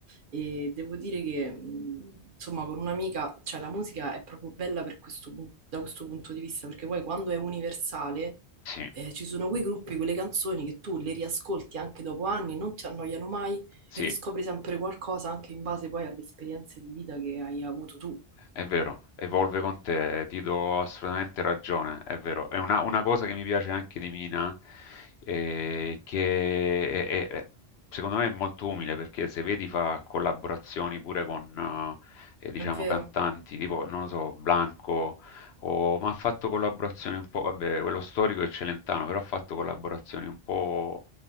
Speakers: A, on the right; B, on the left.
A: e devo dire che, mh, insomma, con un'amica, cioè la musica è proprio bella per questo pun- da questo punto di vista perché poi quando è universale
B: sì,
A: eh, ci sono quei gruppi, quelle canzoni che tu le riascolti anche dopo anni, non ti annoiano mai
B: sì.
A: e riscopri sempre qualcosa anche in base poi alle esperienze di vita che hai avuto tu.
B: È vero, evolve con te, ti do assolutamente ragione, è vero. È una, una cosa che mi piace anche di Mina, eh, che è- è- è- secondo me è molto umile, perché se vedi fa collaborazioni pure con, eh, eh, diciamo,
A: È vero?
B: cantanti, tipo, non lo so, Blanco, o, ma ha fatto collaborazioni un po', vabbè, quello storico è Celentano, però ha fatto collaborazioni un po'